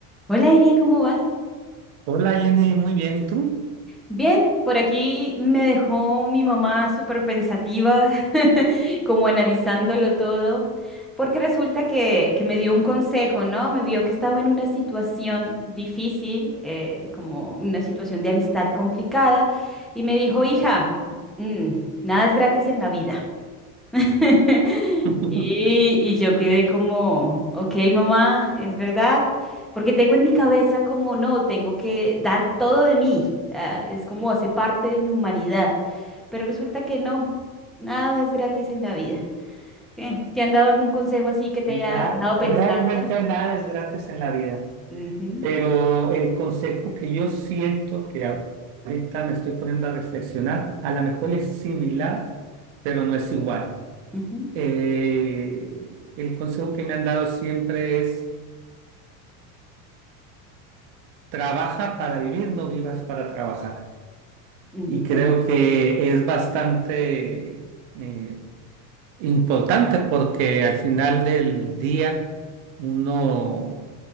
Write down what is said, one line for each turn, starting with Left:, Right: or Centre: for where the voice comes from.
Centre: Hola Irian, ¿cómo vas?
Right: Hola Jenny, muy bien, ¿y tú?
Centre: Bien, por aquí me dejó mi mamá súper pensativa, <laughs> como analizándolo todo, porque resulta que, que me dio un consejo, ¿no? Me vio que estaba en una situación difícil, eh, como una situación de amistad complicada, y me dijo, hija, mm, nada es gratis en la vida. <laughs>
Right: <laughs>
Centre: Y, y yo quedé como, ok, mamá, es verdad, porque tengo en mi cabeza como, no, tengo que dar todo de mí, ah, es como hace parte de mi humanidad, pero resulta que no, nada es gratis en la vida. ¿Qué? ¿Te han dado algún consejo así que te haya
Right: Na-
Centre: dejado pensando?
Right: realmente nada es gratis en la vida,
Centre: Ujú,
Right: pero el consejo que yo siento que ahorita me estoy poniendo a reflexionar, a lo mejor es similar, pero no es igual.
Centre: ujú,
Right: Eh, el consejo que me han dado siempre es, trabaja para vivir, no vivas para trabajar.
Centre: mm,
Right: Y creo
Centre: ok.
Right: que es bastante eh, Importante porque al final del día uno